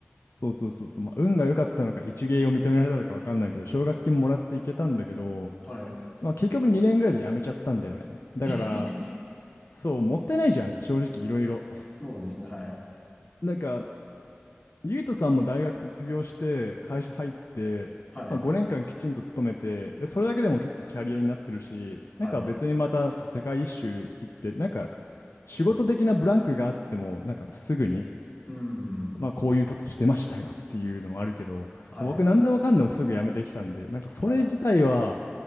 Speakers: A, on the left (about 80°); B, on the left (about 35°).
A: そうそうそうそう、まあ、運が良かったのか、一芸を認められたのか分かんないけど、奨学金もらって行けたんだけど、
B: <laughs> はい。
A: まあ、結局2年ぐらいで辞めちゃったんだよね。だから、
B: <laughs>
A: そう、もったいないじゃん、正直いろいろ。
B: そうですね。はい。
A: なんか、ゆうとさんも大学卒業して会社入って、
B: はい。
A: まあ、5年間きちんと勤めてでそれだけでも結構キャリアになってるしなんか別にまたそう世界一周行ってなんか
B: はい。
A: 仕事的なブランクがあってもなんかすぐに、
B: うん。
A: まあ、こういうことしてましたよっていうのもあるけど僕何でもかんでもすぐ辞めてきたんでなんかそれ自体は
B: はい。はい。